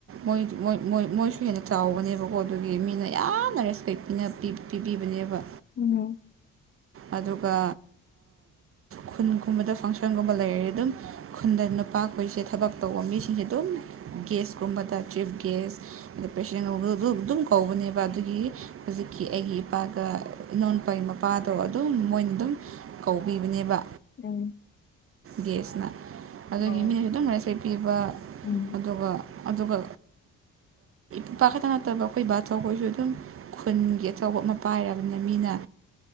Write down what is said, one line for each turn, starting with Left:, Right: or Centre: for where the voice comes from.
Right: ꯣꯏꯣꯏ ꯃꯣꯏꯁꯨ ꯍꯦꯟꯅ ꯆꯥꯎꯕꯅꯦꯕꯀꯣ ꯑꯗꯨꯒꯤ ꯃꯤꯅ ꯌꯥꯝꯅ ꯔꯦꯁꯄꯦꯛ ꯄꯤꯅ ꯄꯤ ꯄꯤꯕꯤꯕꯅꯦꯕ
Left: ꯎꯝ
Right: ꯑꯗꯨꯒ ꯈꯨꯟꯒꯨꯝꯕꯗ ꯐꯪꯁꯟꯒꯨꯝꯕ ꯂꯩꯔꯦ ꯑꯗꯨꯝ ꯈꯨꯟꯗ ꯅꯨꯄꯥ ꯑꯩꯣꯏꯁꯦ ꯊꯕꯛ ꯇꯧꯕ ꯃꯤꯁꯤꯡꯁꯦ ꯑꯗꯨꯝ ꯒ꯭ꯌꯥꯁꯀꯨꯝꯕꯗ ꯆꯤꯞ ꯒ꯭ꯁ ꯑꯗ ꯄꯦꯁꯦꯟ ꯑꯗꯨꯝ ꯀꯧꯕꯅꯦꯕ ꯑꯗꯨꯒꯤ ꯍꯧꯖꯤꯛꯀꯤ ꯑꯩꯒꯤ ꯏꯄꯥꯒ ꯏꯅꯣꯄꯥꯒꯤ ꯃꯄꯥꯗꯣ ꯑꯗꯨꯝ ꯃꯣꯏꯅ ꯑꯗꯨꯝ ꯀꯧꯕꯤꯕꯅꯦꯕ
Left: ꯎꯝ
Right: ꯒꯦꯁꯅ ꯑꯗꯨꯒꯤ
Left: ꯑꯣ
Right: ꯃꯤꯅꯁꯨ ꯑꯗꯨꯝ ꯉꯔ ꯁꯦꯠꯄꯤꯕ
Left: ꯎꯝ
Right: ꯑꯗꯨꯒ ꯑꯗꯨꯒ ꯏꯄꯥꯛ ꯈꯇ ꯅꯠꯇꯕ ꯑꯩꯈꯣꯏ ꯏꯕꯥꯊ ꯑꯩꯈꯣꯏꯁꯨ ꯑꯗꯨꯝ ꯈꯨꯟꯒꯤ ꯑꯆꯧꯕ ꯑꯃ ꯄꯥꯏꯔꯕꯅꯤꯅ ꯃꯤꯅ